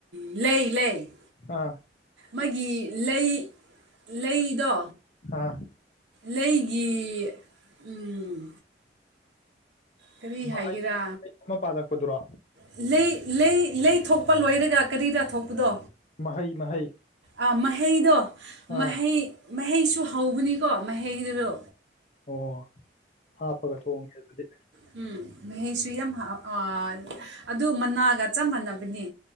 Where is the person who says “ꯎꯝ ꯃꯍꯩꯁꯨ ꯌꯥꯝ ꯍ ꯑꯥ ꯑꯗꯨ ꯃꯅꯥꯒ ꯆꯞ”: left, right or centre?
Right